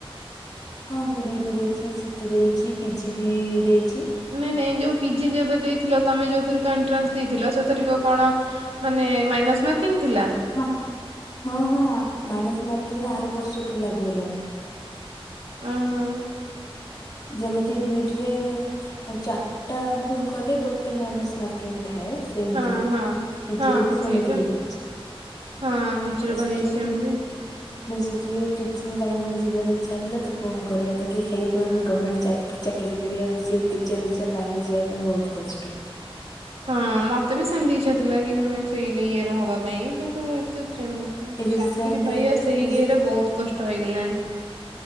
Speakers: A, on the left; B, on the right.
A: ହଁ ମୁଁ ବି ଇଡି ଦେଇଚି, ସିଟି ଦେଇଚି, ପିଜି ବି ଦେଇଚି।
B: ନାଇଁ-ନାଇଁ ଯୋଉ ପିଜି ଯେବେ ଦେଇଥିଲ, ତମେ ଯୋଉଥରିକ ଏଣ୍ଟ୍ରାନ୍ସ ଦେଇଥିଲ ସେହି ଥରିକ କଣ ମାନେ ମାଇନସ୍ ମାର୍କିଂ ଥିଲା?
A: ମା ହଁ-ହଁ ମାଇନସ୍ ମାର୍କିଂ ଆର ବର୍ଷଠୁ ଲାଗୁ ହେଲାଣି।
B: ଉଁହୁଁ।
A: ଯେମିତି ବି ଇଡି ରେ ଚାରିଟା ଭୁଲ୍ କଲେ ଗୋଟେ ମାଇନସ୍ ମାର୍କ। <unintelligible> ଥାଏ ସେମିତି
B: ହଁ ହଁ।
A: ପିଜିରେ
B: ହଁ
A: ବି ସେମିତି
B: ସେଇଟା
A: ହେଇଯାଇଚି। <inaudible>
B: ହଁ ପିଜିରେ ପା ହେଇଛି ସେମିତି।
A: ବେଶୀ ଟିକେ ଟିଚିଂ ଲାଇନ୍ ରେ ଯିବାର ଇଚ୍ଛା ଥିଲା, ତ କଣ କରିଆ <unintelligible> ହେଇପାରୁନି ଗ ମେଣ୍ଟ ଚା ଚାକିରି କରିବା ବେଶି ଟିଚର୍ ଫିଚର୍ ଲାଇନ୍ ରେ ଯିବା ପାଇଁ ବହୁତ୍ କଷ୍ଟ।
B: ହଁ ମତେ ବି ସେମ୍ତି ଇଛା ଥିଲା କି <unintelligible> ସେଇ ଇଏ ର ହବା ପାଇଁ କି କିନ୍ତୁ <inaudible>
A: ରିସେଣ୍ଟ
B: ଚାକିରି ପାଇଆ ସେଇ
A: ରିସ
B: ଇଏରେ ବହୁତ୍ କଷ୍ଟ ହେଇଗଲାଣି।